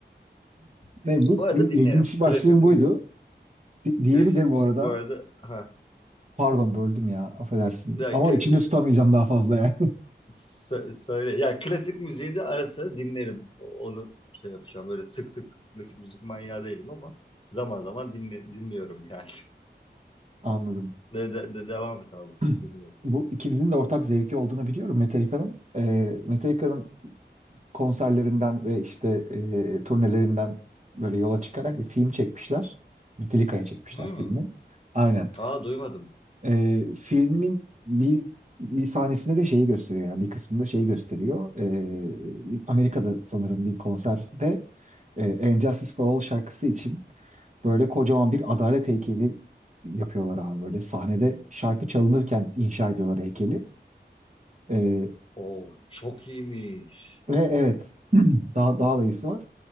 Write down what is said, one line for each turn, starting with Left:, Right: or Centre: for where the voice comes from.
Right: Ne bu?
Left: Bu arada
Right: Bir ilginç
Left: dinlerim.
Right: başlığım
Left: Klasik müzik.
Right: buydu. Di- diğeri
Left: Klasik
Right: de
Left: müzik
Right: bu arada
Left: bu arada. Ha.
Right: pardon böldüm ya affedersin
Left: Ya,
Right: ama
Left: kla-
Right: içimde tutamayacağım daha fazla yani.
Left: sö- söyle. Ya klasik müziği de ara sıra dinlerim. Onu şey yapacağım. Böyle sık sık klasik müzik manyağı değilim ama zaman zaman dinle, dinliyorum yani. <laughs>
Right: <laughs> Anladım.
Left: De, de, de- devam et abi.
Right: <clears throat>
Left: Dinliyorum.
Right: Bu ikimizin de ortak zevki olduğunu biliyorum Metallica'nın. Ee, Metallica'nın konserlerinden ve işte e, turnelerinden böyle yola çıkarak bir film çekmişler. Metallica'ya çekmişler
Left: Hmm.
Right: filmi. Aynen.
Left: Aa duymadım.
Right: E, filmin bir bir sahnesinde de şeyi gösteriyor yani bir kısmında şeyi gösteriyor. E, Amerika'da sanırım bir konserde e, And Justice for All şarkısı için böyle kocaman bir adalet heykeli yapıyorlar abi böyle sahnede şarkı çalınırken inşa ediyorlar heykeli. E,
Left: Oo çok iyiymiş.
Right: ve evet <clears throat> daha daha da iyisi var.